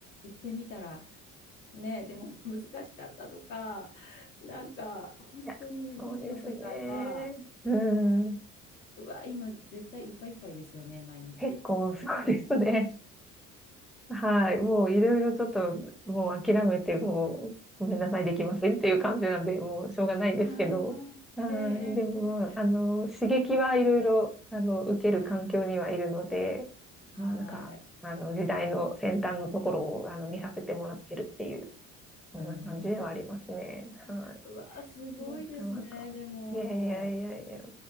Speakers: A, on the left; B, in the centre.
A: ってみたらねでも難しかったとかなんか本当に未知の世界は
B: やそうですね。うん、
A: うわ今絶対いっぱいいっぱいですよね毎日。
B: 結構そうですね。はい。もういろいろちょっと、もう諦めて、もう、ごめんなさい、できませんっていう感じなんで、もうしょうがないんですけど、
A: ああ、
B: は
A: ええええ、
B: い。でも、まあの、刺激はいろいろ、あの、受ける環境にはいるので、
A: ああー、
B: まあ、なんか、
A: はい。
B: あの、時代の先端のところを、あの、見させてもらってるっていう、そんな感じではありますね。
A: うん。
B: は
A: うわー、すごいですね。
B: い。なかなか。
A: でも、
B: いやいやいやいや。